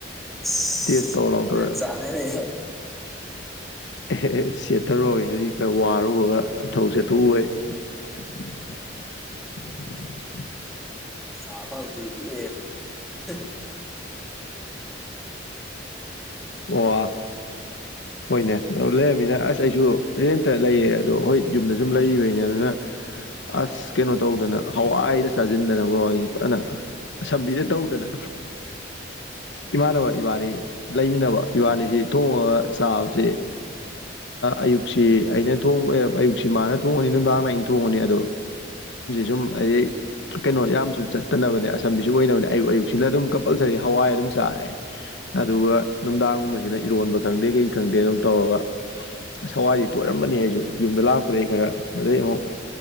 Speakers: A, in the centre; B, on the left.
A: ꯑꯁ
B: ꯇꯁ ꯇꯧ ꯑꯣꯂꯥꯎꯗ
A: ꯆꯥꯅꯔꯦ
B: ꯑꯦ ꯁꯦꯠꯊꯔꯒꯦ ꯉꯖꯤꯛ ꯈꯔ ꯋꯥꯔꯨꯕꯒꯊꯧ ꯆꯦꯊꯣꯛꯎꯩ <unintelligible>
A: ꯆ ꯐ ꯊ <unintelligible> <inaudible>
B: ꯋꯥ <unintelligible> ꯍꯣꯏꯅꯦ ꯑ ꯂꯩꯔꯝꯃꯤꯅ ꯑꯁ ꯑꯩꯁꯨ ꯔꯦꯟꯇ ꯂꯩꯌꯦ ꯑꯗꯣ ꯍꯣꯏ ꯌꯨꯝꯗ ꯁꯨꯝ ꯂꯩꯔꯤꯕꯩꯅꯦ ꯑꯗꯨꯅ ꯑꯁ ꯀꯩꯅꯣ ꯇꯧꯗꯅ ꯍꯋꯥꯏꯗ ꯆꯥꯁꯤꯟꯗꯅꯀꯣ ꯑꯩ ꯑꯅ ꯑꯁꯝꯕꯤꯗ ꯇꯧꯗꯅ ꯏꯃꯥꯟꯅꯕ ꯏꯕꯥꯅꯤ ꯂꯩꯃꯤꯟꯅꯕ ꯏꯕꯥꯅꯤꯁꯤ ꯊꯣꯡꯉꯒ ꯆꯥꯕꯕꯁꯤꯦ ꯑꯌꯨꯛꯁꯤ ꯑꯩꯅꯕ ꯑꯌꯨꯛꯁꯤ ꯃꯥꯅ ꯊꯣꯡꯉꯅꯤ ꯅꯨꯡꯗꯥꯡꯅ ꯑꯩꯅ ꯊꯣꯡꯉꯅꯤ ꯑꯗꯣ ꯁꯨꯝ ꯍꯥꯏ ꯀꯩꯅꯣ ꯌꯥꯝꯁꯨ ꯆꯠꯇꯅꯕꯅꯦ ꯑꯁꯝꯕꯤꯁꯨ ꯑꯣꯏꯅꯅꯦ ꯑꯌꯨꯛ ꯑꯌꯨꯛꯁꯤꯅ ꯑꯗꯨꯝ ꯄꯜꯁꯔꯤ ꯍꯋꯥꯏ ꯑꯗꯨꯝ ꯆꯥꯔꯦ ꯑꯗꯨꯒ ꯅꯨꯡꯗꯥꯡꯒꯨꯝꯕꯁꯤꯅ ꯏꯔꯣꯟꯕ ꯈꯪꯗꯦ ꯀꯩ ꯈꯪꯗꯦ ꯑꯗꯨꯝ ꯇꯧꯔ ꯍꯋꯥꯏꯁꯤ ꯇꯣꯏꯠꯔꯝꯕꯅꯤ ꯑꯩꯁꯨ ꯌꯨꯝꯗ ꯂꯥꯛꯄꯗꯒꯤꯩ ꯈꯔ ꯑꯗꯩ ꯑꯃꯨꯛ